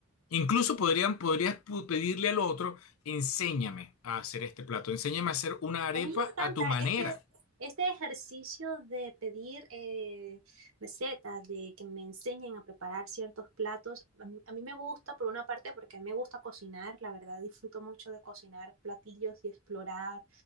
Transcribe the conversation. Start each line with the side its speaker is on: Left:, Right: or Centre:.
Left: Incluso podrían, podrías pu- pedirle al otro, enséñame a hacer este plato, enséñame a hacer una arepa
Right: A mí me encanta
Left: a tu manera.
Right: este, este ejercicio de pedir eh, recetas, de que me enseñen a preparar ciertos platos. A mí, a mí me gusta, por una parte, porque a mí me gusta cocinar, la verdad disfruto mucho de cocinar platillos y explorar